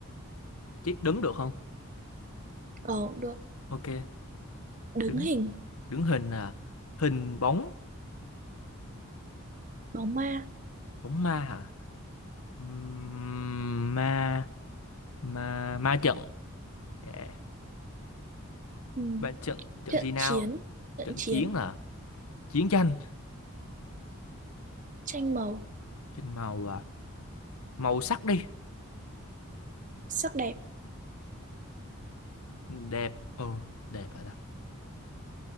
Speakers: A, on the left; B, on the right.
A: chết đứng được không
B: ờ cũng được
A: ok
B: đứng
A: đứng
B: hình
A: đứng hình à hình bóng
B: bóng ma
A: bóng ma hả Ừm, ma ma ma trận yeah.
B: ừ.
A: ma trận trận
B: trận
A: gì nào
B: chiến trận
A: trận
B: chiến
A: chiến à chiến tranh
B: tranh màu
A: trên màu à màu sắc đi
B: sắc đẹp
A: đẹp ừ đẹp hả ta